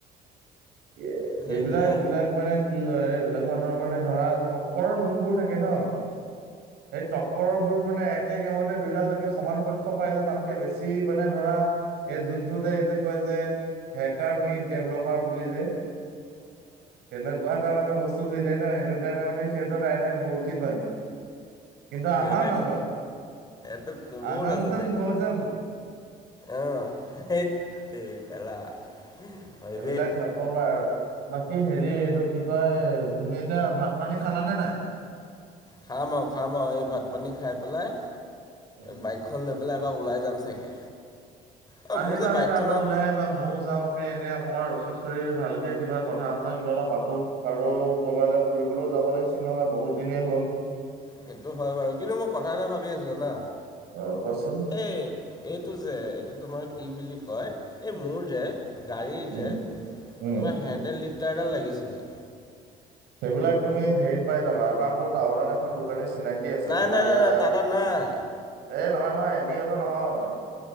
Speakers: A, on the right (about 80°); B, on the left (about 25°).
A: এ
B: তাৰপিছত
A: সেইবিলাক
B: এতিয়া
A: এইবিলাক মানে কি হয় এইবিলাক মানুহৰ মানে ধৰা চকৰৰ যোনবোৰ থাকে ন সেই টপৰবোৰ মানে একে গেমতে দুইডাল লাগে সমান পক্ষ পাই যায় তাতকে বেছি মানে ধৰা এই যোনটো যে, এইটো কয় যে হেকাৰ মিড ডেভলপাৰ বুলি যে তেনেকোৱাত আমাৰো বস্তু হৈ যায় ন সেইটো কাৰণে মানে এতিয়াতো ডাইৰেক্ট বলতি বধ কিন্তু
B: সিহঁতে
A: আমাৰ
B: একো
A: মাজত,
B: তোক ক'বও
A: আনন্দন
B: নাজানে
A: ভোজাম।
B: অ সেইট তেৰি কেলা হয়
A: এইবিলাক
B: দেই
A: নকবা আৰু বাকী হেৰি এইটো কি কয় তুমি এতিয়া ভাত পানী খালানে নাই?
B: খাম আও খাম আও এই ভাত পানী খাই পেলাই
A: উম।
B: বাইক খন লৈ পেলাই এবাৰ ওলাই যাম চাগে। অ
A: আহিবা-
B: মোৰ যে
A: আহিবা
B: বাইকখনক
A: এপাক ওলাই আহিবা ময়ো যাও এনে অকমাৰ ৰখি কৰি ভালকে কিবা কথা চথা কিবা এটা পাতো। আৰু কবালে ফুৰিবলৈও যাব লাগিছিল নহয় বহুত দিনেই হ'ল।
B: সেইটো হয় বাৰু কিন্তু মই কথা এটা ভাবি আছো জানা।
A: অ' কোৱাচোন।
B: এই এইটো যে, এইটো তোমাৰ কি বুলি কয় এই মোৰ যে। গাড়ীৰ
A: উম
B: যে
A: উম।
B: তোমাৰ হেণ্ডেল লিফ্টাৰডাল লাগিছিলে।
A: সেইবিলাক তুমি হেৰিত পাই যাবা আমাৰ মোৰ টাউনত এখন দোকানী চিনা কি আছে
B: নাই
A: তোমাৰ
B: নাই নাই
A: এয়া।
B: নাই টাটা নাই
A: এ, নহয় নহয় এনি অটো নহয়